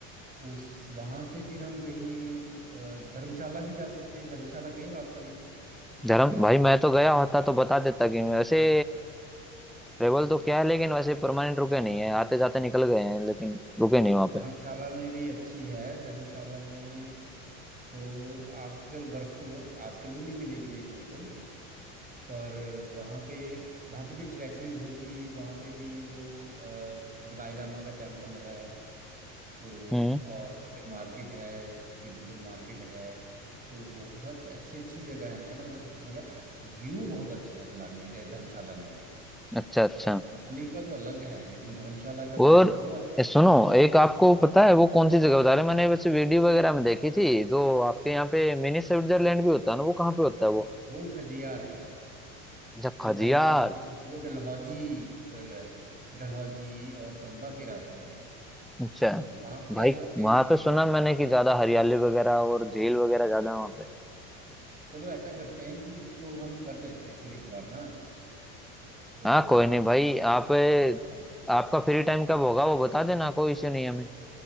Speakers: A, on the right; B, in the centre.
A: उस वहाँ से फिर हम कहीं अ, धर्मशाला भी जा सकते हैं धर्मशाला गए हो आप कभी
B: धर्म
A: पहले
B: भाई मैं तो गया होता तो बता देता कि वैसे ट्रेवल तो क्या है लेकिन वैसे परमानेंट रुके नहीं है आते जाते निकल गए हैं लेकिन रुके
A: हाँ
B: नहीं वहां
A: धर्मशाला
B: पे
A: में भी अच्छी है धर्मशाला में तो आजकल बर्फ तो आजकल भी नहीं मिलेगी देखने को पर वहाँ पे वहाँ पे भी ट्रैकिंग होगी वहाँ पे भी वो अ, दलाई लामा का टेम्पल है तो
B: हम्म
A: और वहाँ पे मार्केट है तिब्बतन मार्केट है तो बहुत सा अच्छी अच्छी जगह है मतलब मतलब व्यू बहुत अच्छा है मनाली अ, धर्मशाला में भी
B: अच्छा अच्छा
A: मनाली का तो अलग है लेकिन धर्मशाला का
B: और
A: व्यू वो अलग
B: ए, सुनो
A: है
B: एक आपको पता है वो कौन सी जगह बता रहे हैं? मैंने वैसे वीडियो वगैरह में देखी थी जो आपके यहाँ पे मिनी स्विट्जरलैंड भी होता है ना वो कहाँ पे होता है वो
A: वो खजियार है
B: झक्खाजियार
A: वो धर्मशाला से- वो डलहौजी ब- डलहौजी और चंबा के रास्ते में है
B: अच्छा
A: तो वहां भी
B: भाई
A: जा सकते
B: वहां
A: हैं
B: पे सुना मैंने कि ज्यादा हरियाली वगैरह और झील वगैरह
A: हाँ
B: ज्यादा है वहां पे
A: चलो ऐसा करते हैं कि इसको हम कर देते हैं फिर एक बार ना तो
B: हाँ कोई नहीं भाई आप
A: फाइनल।
B: आपका फ्री टाइम कब होगा वो बता देना कोई इश्यू नहीं है हमें